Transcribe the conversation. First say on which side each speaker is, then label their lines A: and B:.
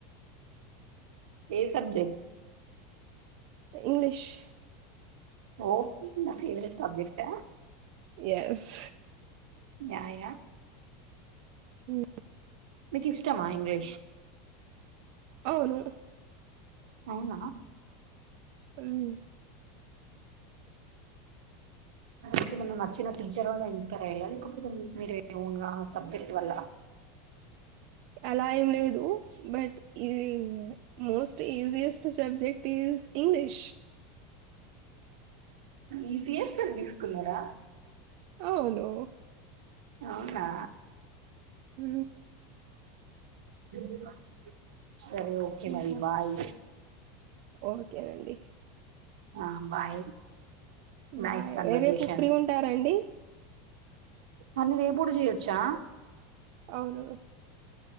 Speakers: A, on the right; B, on the right.
A: ఏ సబ్జెక్ట్
B: ఇంగ్లీష్
A: ఓ నా ఫేవరెట్ సబ్జెక్ట్
B: ఎస్
A: న్యా
B: ఉ
A: ఎ ఇష్టమా ఇంగ్లీష్
B: అవును
A: అవునా
B: ఉమ్
A: అ మ నచ్చిన టీచర్ వల్ల ఇన్స్పైర్ అయ్యలా లేకపోతే మీరు సబ్జెక్ట్ వల్ల
B: అలా ఏం లేదు బట్ ఇ most easiest subject is English
A: ఈ సిఎస్టర్ తీసుకున్నారా
B: అవును
A: అవునా
B: ఉ
A: <inaudible> సరే ఓకే
B: ఇంకా
A: మరి బాయ్
B: ఓకేనండి
A: ఆ బాయ్
B: బాయ్
A: నైస్ కన్వర్సేషన్
B: రేపు ఫ్రీ ఉంటారండి
A: అంటే రేపు కూడా చేయొచ్చా
B: అవును